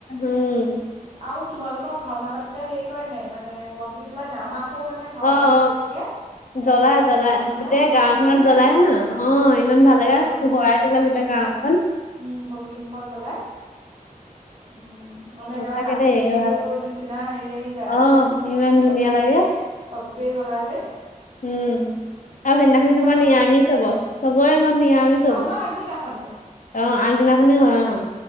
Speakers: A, on the left (about 65°); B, on the right (about 45°).
A: উম
B: আৰু তোমালোকৰ ভাওনা পাতি। হেৰি কৰে নাই মানে বন্তি জ্বলাই নাই আমাকো মানে ভাওনা
A: অ অ
B: যদি থাকে। এ
A: জ্বলাই
B: সেইদিনাখনি
A: জ্বলাই
B: সন্ধিয়া
A: গোটেই
B: অ
A: গাওঁখননত
B: গোটেই
A: জ্বলায়ে
B: গাঁৱতে
A: ন অ ইমান ভাল লাগে
B: পদূলি
A: পোহৰাই তোলে
B: পদূলি
A: গোটেই
B: মুখত
A: গাওঁ। গাওঁখন।
B: উম পদূলি মুখত জ্বলাই উম। মানে
A: সঁচাকে
B: একেবাৰে কাতি
A: দেই
B: বিহুৰ
A: ভাল
B: নিচিনা হেৰি আহি যায়
A: অ
B: আৰু-
A: ইমান ধুনীয়া
B: চবেই
A: লাগে
B: চবেই জ্বলাই যে।
A: উম। আৰু সেইদিনাখনি তোমাৰ নিৰামিচ
B: আমাৰ
A: হব চবৰে ঘৰত নিৰামিচ হব
B: আমাৰ
A: অ।
B: আগদিনাখনেও
A: আগদিনাখনি হয় অ।